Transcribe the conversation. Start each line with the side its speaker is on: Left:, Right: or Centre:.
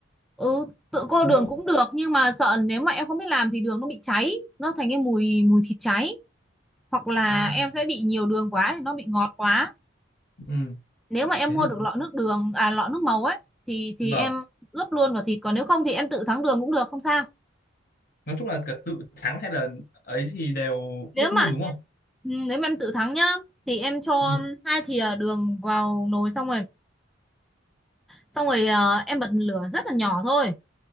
Centre: Ừ, tự cô
Left: Đúng
Centre: đường
Left: không?
Centre: cũng được nhưng mà sợ nếu mà em không biết làm thì đường nó bị cháy, nó thành cái mùi mùi thịt cháy hoặc là
Left: À
Centre: em sẽ bị nhiều đường quá thì nó bị ngọt quá.
Left: ừ
Centre: Nếu mà em
Left: thế
Centre: mua
Left: thì
Centre: được lọ nước đường à lọ nước màu ấy thì thì
Left: vâng
Centre: em ướp luôn vào thịt còn nếu không thì em tự thắng đường cũng được không sao.
Left: nói chung là cả tự thắng hay là ấy thì đều
Centre: nếu
Left: ướp luôn
Centre: mà
Left: đúng
Centre: em
Left: không?
Centre: ừ, nếu mà em tự thắng nhá thì em cho
Left: Ừ.
Centre: hai thìa đường vào nồi xong rồi xong rồi ờ, em bật lửa rất là nhỏ thôi